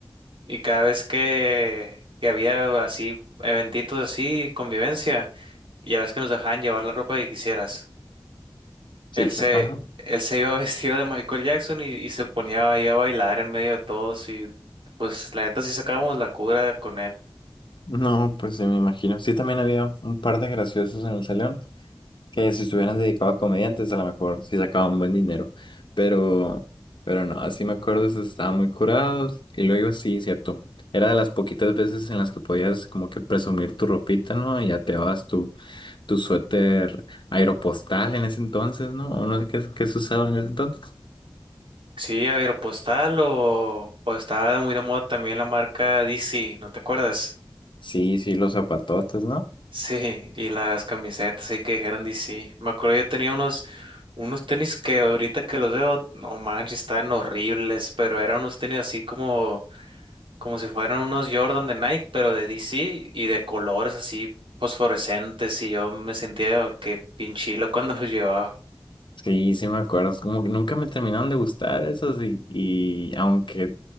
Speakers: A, on the right; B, on the left.
A: y cada vez que, que había así eventitos así, convivencia, ya ves que nos dejaban llevar la ropa que quisieras.
B: Sí,
A: Él se,
B: sí. Ajá.
A: él se iba <laughs> vestido de Michael Jackson y, y se ponía ahí a bailar en medio de todos y pues la neta sí sacábamos la cura con él.
B: No, pues sí, me imagino. Sí, también había un par de graciosos en el salón. Que si estuvieran dedicados a comediantes, a lo mejor sí sacaban buen dinero. Pero, pero no, así me acuerdo, se estaban muy curados. Y luego sí, cierto. Era de las poquitas veces en las que podías como que presumir tu ropita, ¿no? Y ya te vas tu, tu suéter aeropostal en ese entonces, ¿no? O no sé qué, qué se usaba en ese entonces.
A: Sí, Aeropostal o, o estaba muy de moda también la marca DC, ¿no te acuerdas?
B: Sí, sí, los zapatotes, ¿no?
A: Sí, y las camisetas sí que dijeron DC. Me acuerdo yo tenía unos, unos tenis que ahorita que los veo, no manches, están horribles, pero eran unos tenis así como, como si fueran unos Jordan de Nike, pero de DC y de colores así fosforescentes y yo me sentía que pinchilo cuando <laughs> los llevaba.
B: Sí, sí me acuerdo. Es como que nunca me terminaron de gustar esos y, y aunque,